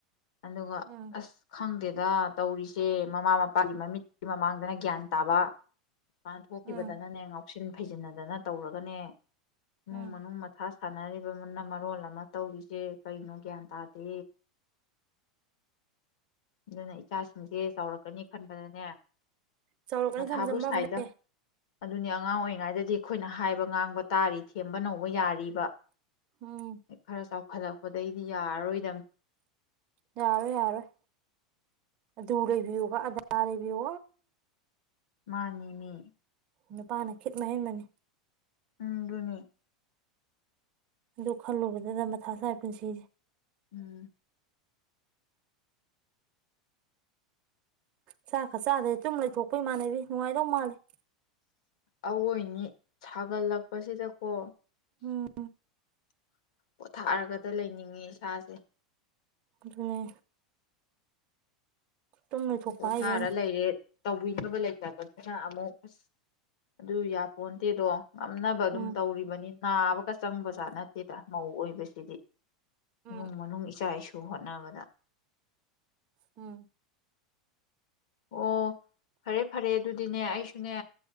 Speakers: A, on the left; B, on the right.
A: ꯑꯗꯨꯒ
B: ꯎꯝ
A: ꯑꯁ ꯈꯪꯗꯦ ꯗ ꯇꯧꯔꯤꯁꯦ ꯃꯃꯥ ꯃꯄꯥꯒꯤ ꯃꯃꯤꯠꯀꯤ ꯃꯃꯥꯡꯗ ꯑꯗꯨꯅ ꯒ꯭ꯌꯥꯟ ꯇꯥꯕ ꯃꯥꯥꯟ ꯊꯣꯛꯈꯤꯕꯗꯅꯅꯦ
B: ꯎꯝ
A: ꯉꯥꯎ ꯟ ꯐꯩꯖꯤꯟꯅꯗꯅ ꯇꯧꯔꯒꯅꯦ ꯅꯨꯡ
B: ꯎꯝ
A: ꯃꯅꯨꯡ ꯃꯊꯥ ꯁꯥꯅꯔꯤꯕꯅ ꯃꯔꯣꯜ ꯑꯃ ꯇꯧꯔꯤꯁꯦ ꯀꯅꯣ ꯒ꯭ꯌꯥꯟ ꯇꯥꯗꯦ ꯑꯗꯨꯅ ꯏꯆꯥꯁꯤꯡꯁꯦ ꯆꯥꯎꯔꯛꯀꯅꯤ ꯈꯟꯕꯗꯅꯦ
B: ꯆꯥꯎꯔꯛꯀꯅ
A: ꯃꯊꯥꯕꯨ
B: ꯈꯝꯖꯃꯝꯃꯦ
A: ꯁꯥꯏꯗ ꯑꯗꯨꯅꯤ ꯑꯉꯥꯡ ꯑꯣꯏꯔꯤꯉꯩꯗꯗꯤ ꯑꯩꯈꯣꯏꯅ ꯍꯥꯏꯕ ꯉꯥꯡꯕ ꯇꯥꯔꯤ ꯊꯦꯝꯕꯅꯧ ꯇꯧꯕ ꯌꯥꯔꯤꯕ
B: ꯎꯝ
A: ꯈꯔ ꯆꯥꯎꯈꯠ ꯄꯨꯈꯠꯂꯛꯄꯗꯒꯤꯩꯗꯤ ꯌꯥꯔꯔꯣꯏꯗꯕꯅꯤ
B: ꯌꯥꯔꯣꯏ ꯌꯥꯔꯣꯏ ꯑꯗꯨ ꯂꯩꯕꯤꯌꯨꯕ ꯑꯗꯥ ꯂꯩꯕꯤꯌꯨ
A: ꯃꯥꯅꯤꯃꯤ
B: ꯅꯨꯄꯥꯅ ꯈꯤꯠ ꯃꯍꯦꯟꯕꯅꯤ
A: ꯎꯝ ꯅꯤ
B: ꯑꯗꯨ ꯈꯜꯂꯨꯕꯗꯨꯗ ꯃꯊ ꯁꯥꯏ ꯄꯨꯟꯁꯤꯁꯦ
A: ꯎꯝ
B: ꯆꯥꯛ ꯈ ꯆꯥꯗꯩ ꯆꯨꯝ ꯂꯩꯊꯣꯛꯄ ꯏꯃꯥꯟꯅꯕꯤ ꯅꯨꯡꯉꯥꯏꯗꯧ ꯃꯥꯜꯂꯦ
A: ꯑꯋꯣꯏꯅꯤ ꯁꯥꯒꯠꯂꯛꯄꯁꯤꯗꯀꯣ
B: ꯎꯝ
A: ꯄꯣꯊꯥꯔꯒꯗ ꯂꯩꯅꯤꯡꯉꯦ ꯏꯁꯥꯁꯦ
B: ꯑꯗꯨꯅꯦ ꯇꯨꯝ ꯂꯣꯏꯊꯣꯛꯄ
A: ꯄꯣꯊꯥꯔ
B: ꯍꯥꯏꯁꯦ ꯑꯩꯅ
A: ꯂꯩꯔꯦ ꯇꯧꯕꯤꯅꯕ ꯂꯩꯇꯕꯅꯤꯅ ꯑꯃꯨꯛ ꯑꯁ ꯑꯗꯨ ꯌꯥ ꯄꯣꯟꯗꯦꯗꯣ ꯉꯝꯅꯕ ꯑꯗꯨꯝ
B: ꯎꯝ
A: ꯇꯧꯔꯤꯕꯅꯤ ꯅꯥꯕꯒ ꯆꯪꯕꯖꯥꯠ ꯅꯠꯇꯦꯗ ꯃꯧ ꯑꯣꯏꯕꯁꯤꯗꯤ ꯏꯃꯨꯡ
B: ꯎꯝ
A: ꯃꯅꯨꯡ ꯏꯆꯥ ꯏꯁꯨ ꯑꯗꯨꯨ ꯍꯣꯠꯅꯕꯗ
B: ꯎꯝ
A: ꯑꯣ ꯐꯔꯦ ꯐꯔꯦ ꯑꯗꯨꯗꯤꯅꯦ ꯑꯩꯁꯨꯅꯦ